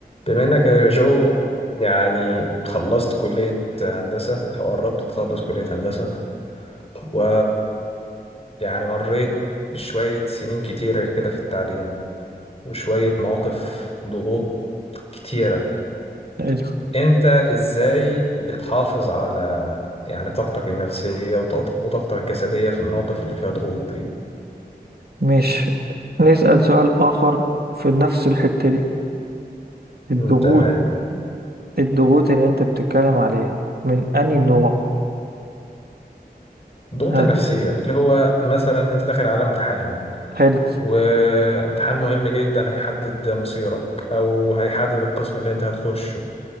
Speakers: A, on the left; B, on the right.
A: بما انك يا جو يعني خلصت كلية هندسة او قربت تخلص كلية هندسة و يعني مريت بشوية سنين كتيرة كده في التعليم وشوية مواقف ضغوط كتيرة
B: حلو
A: انت ازاي بتحافظ على يعني طاقتك النفسية وطاقت- وطاقتك الجسدية في المواقف اللي فيها ضغوط دي
B: مش نسأل سؤال آخر في نفس الحتة دي الضغوط
A: مم، تمام
B: الضغوط اللي أنت بتتكلم عليها من أي نوع
A: الضغوط
B: هل
A: النفسية اللي هو مثلا انت داخل على امتحان
B: حلو
A: وامتحان مهم جدا هيحدد مصيرك او هيحدد القسم اللي انت هتخشه